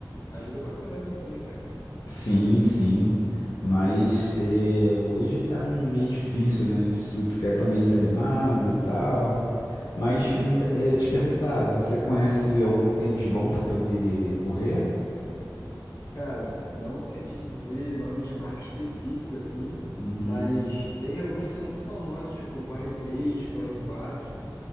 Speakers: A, on the left; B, on the left.
A: ajuda pra caramba também, cara.
B: Sim, sim, mas eh, hoje tá meio difícil, né? A gente se fica tá meio desanimado e tal. Mas me dá- eh, te perguntar, você conhece algum tênis bom para poder correr?
A: Cara, não sei te dizer nome de marca específico assim,
B: Uhum,
A: mas tem alguns que são muito famosos, tipo Corre três Corre quatro